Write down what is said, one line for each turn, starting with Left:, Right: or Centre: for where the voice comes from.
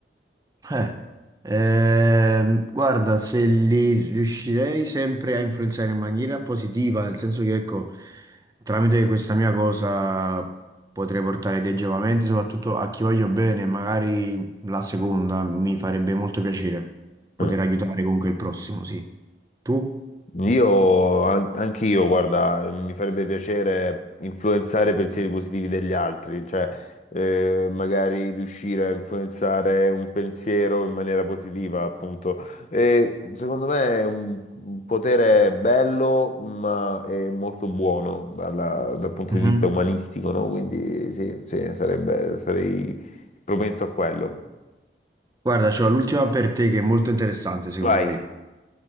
Right: Eh, ehm, guarda, se li riuscirei sempre a influenzare in maniera positiva, nel senso che, ecco, tramite questa mia cosa potrei portare dei giovamenti, soprattutto a chi voglio bene, magari la seconda mi farebbe molto piacere poter
Left: Mm.
Right: aiutare comunque il prossimo, sì. Tu?
Left: Io, an- anch'io, guarda, mi farebbe piacere influenzare i pensieri positivi degli altri, cioè eh, magari riuscire a influenzare un pensiero in maniera positiva, appunto. E, secondo me è un un potere bello, ma è molto buono dalla- dal punto
Right: Mhm.
Left: di vista umanistico, no? Quindi sì, sì, sarebbe, sarei propenso a quello.
Right: Guarda, c'ho l'ultima per te che è molto interessante, secondo
Left: Vai.
Right: me.